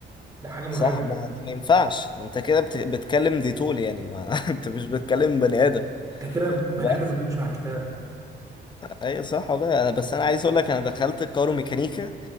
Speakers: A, on the right; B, on the left.
A: ده حاجه مرعبه
B: صح ما هو ده ما ينفعش انت كده بت... بتكلم ديتول يعني ما <laughs> انت مش بتكلم بني ادم
A: انت كده بني
B: بس.
A: ادم ما بيقومش مع الكتاب
B: ايوه صح والله أنا- بس انا عايز اقول لك انا دخلت الكايرو ميكانيكا